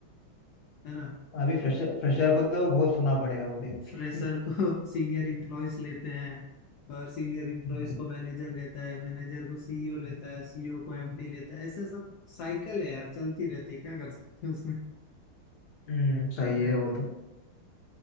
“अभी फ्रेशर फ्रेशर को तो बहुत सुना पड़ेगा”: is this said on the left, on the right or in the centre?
Left